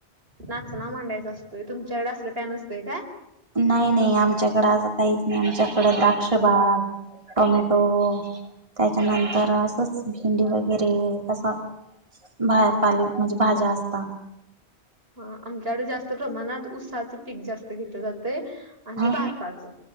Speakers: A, on the right; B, on the right.
A: नाचं ना मांडायचं असतंय तुमच्याकडे असलं काय नसतंय काय?
B: नाही नाही आमच्याकडें असं काहीच नाही आमच्याकडें द्राक्ष बाग. टोमॅटो त्याच्यानंतर असंच भेंडी वगैरे असं. भा पाले म्हणजे भाज्या असता.
A: ह आमच्याकडे जास्त प्रमाणात ऊसाचं पीक जास्त घेतलं जातय. आणि
B: हा
A: भाताचे